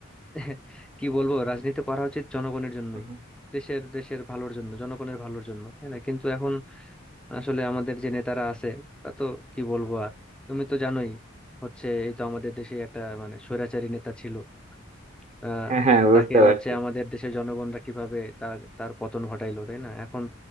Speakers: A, in the centre; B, on the right (about 35°).
A: <laughs> কি বলবো রাজনীতি করা উচিত জনগণের জন্যই
B: হুম, হুম।
A: দেশের দেশের ভালোর জন্য জনগণের ভালোর জন্য তাই না কিন্তু এখন আসলে আমাদের যে নেতারা আছে তা তো কি বলবো আর তুমি তো জানোই হচ্ছে এই তো আমাদের দেশে একটা মানে স্বৈরাচারী নেতা ছিল আহ
B: হ্যাঁ হ্যাঁ বুঝতে
A: তাকে
B: পারছি
A: হচ্ছে আমাদের দেশের জনগণরা কিভাবে তার তার পতন ঘটাইলো তাই না এখন